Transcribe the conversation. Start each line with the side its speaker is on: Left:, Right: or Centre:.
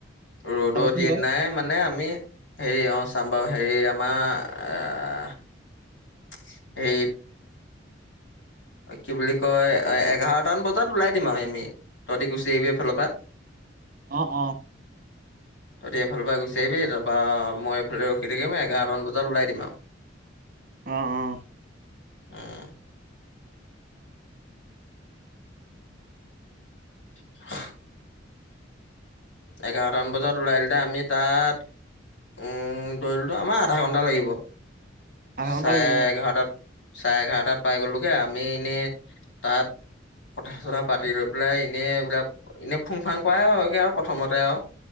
Left: ৰ'দত
Right: চাবিচোন
Left: সেইনাই
Right: তই
Left: মানে আমি- হেৰি অ চাম বাৰু হেৰি আমাৰ হেৰিত- কি বুলি কয় এঘাৰটান বজাত ওলাই দিম আৰু আমি। তহতি গুচি আহিবি এইফালৰ পা।
Right: অ অ।
Left: ততি এইফালৰ পৰা গুচি আহিবি, তাৰপৰা মই এইফালে ৰখি থাকিম, এঘাৰটামান বজাত ওলাই দিম আৰু।
Right: অ অ।
Left: উম। <unintelligible> এঘাৰটামান বজাত ওলাই দিলে আমি তাত- উম ধৰি লোৱা আমাৰ আধা ঘণ্টা লাগিব।
Right: আধা
Left: চাৰে
Right: ঘন্টা লাগিব
Left: এঘাৰটাত, চাৰে এঘাৰটাত পাই গ'লোগে আমি এনেই তাত কথা চথা পাতি লৈ পেলাই এনেই এইবিলাক এনে ফুং ফাং কৰাই হয়গে আৰু প্ৰথমতে আৰু।